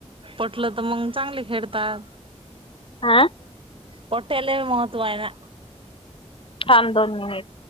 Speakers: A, on the right; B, on the left.
A: पटलं तर मग चांगले खेडतात.
B: हा
A: पटाले महत्त्व आहेय ना?
B: थांब दोन मिनिट